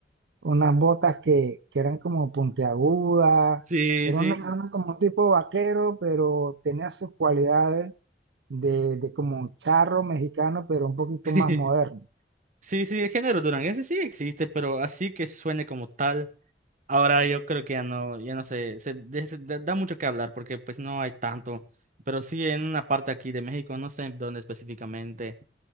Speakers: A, on the right (about 70°); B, on the right (about 45°).
A: unas botas que, que eran como puntiagudas,
B: Sí,
A: era
B: sí.
A: una, era como un tipo vaquero, pero tenía sus cualidades de, de como un charro mexicano, pero un poquito
B: <laughs>
A: más moderno.
B: Sí, sí, el género duranguense sí existe, pero así que suene como tal. Ahora yo creo que ya no, ya no sé, se, de- se- da da mucho que hablar porque pues no hay tanto. Pero sí en una parte aquí de México, no sé dónde específicamente